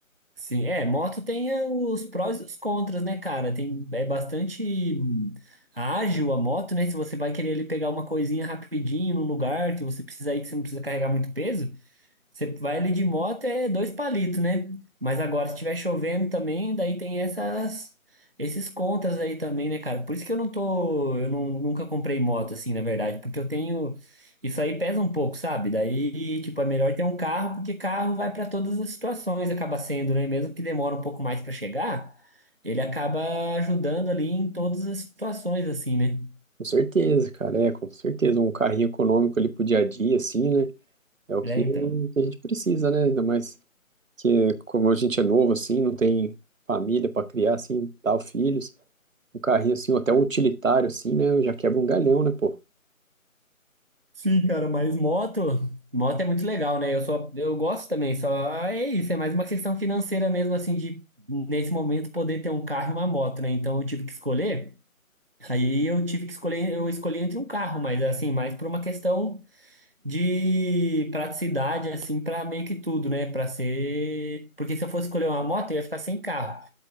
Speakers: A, on the right (about 45°); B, on the right (about 65°).
A: Sim, é, moto tem eh, os prós e os contras, né, cara? Tem, é bastante hum, ágil a moto, né? Se você vai querer ele pegar uma coisinha rapidinho num lugar que você precisa ir, que você não precisa carregar muito peso, você vai ali de moto é dois palitos, né? Mas agora, se estiver chovendo também, daí tem essas, esses contras aí também, né, cara? Por isso que eu não tô, eu não, nunca comprei moto assim, na verdade, porque eu tenho, isso aí pesa um pouco, sabe? Daí, tipo, é melhor ter um carro, porque carro vai pra todas as situações, acaba sendo, né? Mesmo que demora um pouco mais pra chegar, ele acaba ajudando ali em todas as situações, assim, né?
B: Com certeza, cara, é, com certeza. Um carrinho econômico ali pro dia a dia, assim, né, é o
A: Né,
B: que, que
A: então.
B: a gente precisa, né, ainda mais que como a gente é novo, assim, não tem família para criar, assim, tal, filhos. Um carrinho, assim, ou até um utilitário, assim, né, já quebra um galhão, né, pô.
A: Sim, cara, mas moto, moto é muito legal, né? Eu só, eu gosto também, só é isso, é mais uma questão financeira mesmo, assim, de nesse momento poder ter um carro e uma moto, né? Então eu tive que escolher, aí eu tive que escolher, eu escolhi entre um carro, mas assim, mais por uma questão de praticidade, assim, pra meio que tudo, né? Pra ser. Porque se eu fosse escolher uma moto, eu ia ficar sem carro.